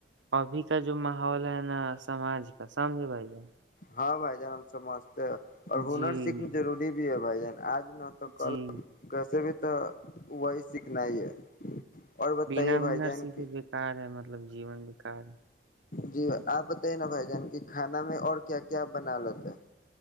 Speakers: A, on the right; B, on the left.
A: ابھی کا جو ماحول ہے نا سماج کا سمجھے بھائی جان
B: ہاں بھ جان ہم سے مست اور ہنر
A: جی
B: سیکھنا ضروری بھی ہے بھائی جان آج <unintelligible> نہ تک کل
A: جی
B: کیسے بھی تو تو تو وہی سیککھنا ہے اور بتائیے
A: بنا
B: بھائی
A: ہنر
B: جان
A: س
B: کی
A: کے بےکار ہے مطلب مطلب جین بکار
B: جی آپ بتائیے نا بھائی جان کی کھانا میں اور کیا کیا بنا لیتے ہیں